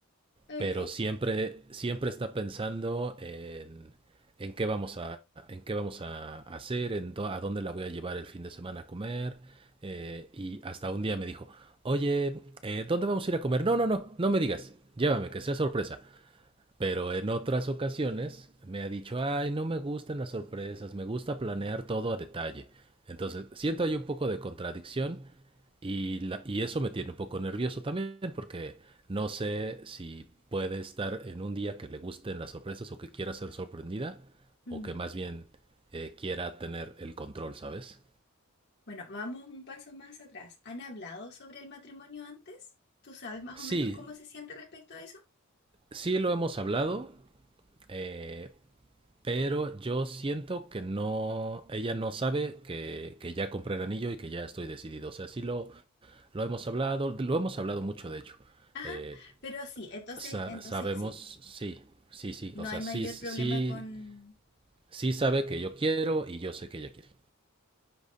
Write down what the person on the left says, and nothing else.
Ok.
Mm.
Bueno, vamos un paso más atrás. ¿Han hablado sobre el matrimonio antes? ¿Tú sabes más
o menos cómo se siente respecto a eso?
Ajá,
pero sí, entonces,
entonces
sí,
no
hay mayor
problema con.